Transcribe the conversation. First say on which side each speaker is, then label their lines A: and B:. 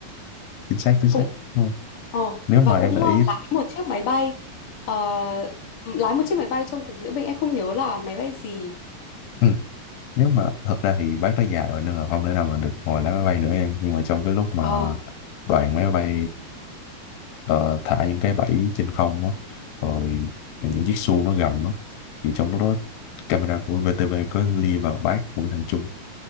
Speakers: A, on the left (about 90°); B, on the left (about 55°).
A: Chính xác, chính xác.
B: cũng
A: Đúng. không?
B: Ờ,
A: Nếu
B: và
A: mà
B: cũng
A: em để
B: ờ,
A: ý...
B: lái một chiếc máy bay Ờ, lái một chiếc máy bay trong cuộc diễu binh em không nhớ là máy bay gì
A: Ừ. nếu mà thật ra thì bác đã già rồi nên là không thể nào mà được ngồi lái máy bay nữa em nhưng mà trong cái lúc mà
B: ờ
A: đoàn máy bay ờ, thả những cái bẫy trên không á rồi những chiếc xu nó gầm đó thì trong lúc đó camera của VTV có li vào bác Nguyễn Thành Trung